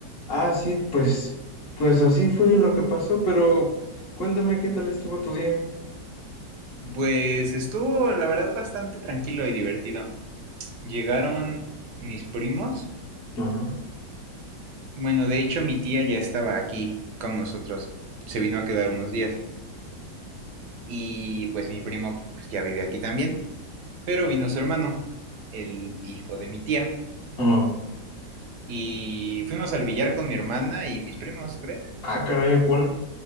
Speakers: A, on the left; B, on the right.
A: Ah, sí, pues, pues así fue lo que pasó, pero cuéntame qué tal estuvo tu día.
B: Pues estuvo, la verdad, bastante tranquilo y divertido. Llegaron mis primos.
A: Ajá.
B: Bueno, de hecho, mi tía ya estaba aquí con nosotros. Se vino a quedar unos días. Y pues mi primo pues, ya vive aquí también. Pero vino su hermano, el hijo de mi tía.
A: Oh.
B: Y fuimos al billar con mi hermana y mis primos, ¿tú crees?
A: Ah, caray, ¿a ¿cuál?